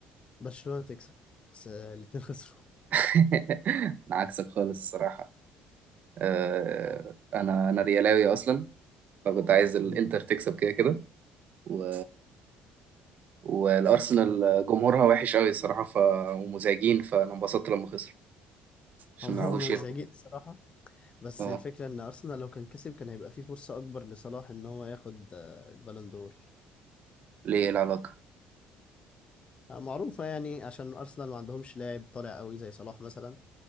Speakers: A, on the left (about 35°); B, on the right (about 50°).
A: برشلونة تكسب بس آه، الاتنين <laughs> خسروا
B: <laughs> انا عكسك خالص الصراحة آه انا انا ريالاوي اصلا فكنت عايز الانتر
A: مم،
B: تكسب كده كده و... والارسنال
A: مم.
B: جمهورها وحش قوي الصراحة ف... ومزعجين فانا انبسطت لما خسروا عشان
A: هم
B: ما
A: هم
B: يعرفوش يركوا
A: مزعجين الصراحة بس
B: اه
A: الفكرة ان ارسنال لو كان كسب كان هيبقى فيه فرصة اكبر لصلاح ان هو ياخد آه، البالون دور
B: ليه إيه العلاقة؟
A: آه، معروفة يعني عشان ارسنال ما عندهمش لاعب طالع قوي زي صلاح مثلا